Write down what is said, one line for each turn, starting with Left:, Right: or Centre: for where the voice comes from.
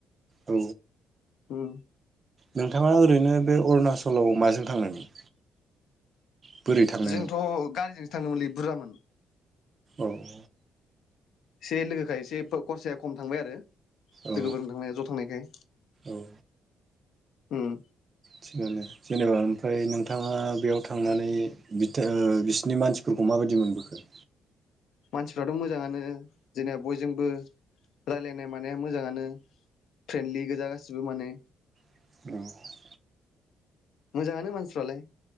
Right: औ
Left: उम।
Right: नोंथाङा ओरैनो बे अरुणाचलाव माजों थांनायमोन? बोरै थांनायमोन?
Left: जोंथ' गारिजों थांनोङोमोनलै बुरजामोन।
Right: औऔ।
Left: से लोगोखायसे फोप खरसाया खम थांबाय आरो।
Right: औ
Left: लोगोफोरजों थांनाया ज' थांनायखाय।
Right: औ
Left: उम।
Right: थिगानो। जेनेबा ओमफ्राय नोंथाङा बेयाव थांनानै बिथोर बिसिनि मानसिफोरखौ माबायदि मोनबोखो?
Left: मानसिफ्राथ' मोजाङानो जेनेब बयजोंबो रालायनाय मानाया मोजाङानो फ्रेन्डलि गोजा गासिबो माने।
Right: <inaudible>
Left: मोजाङानो मानसिफ्रालाय।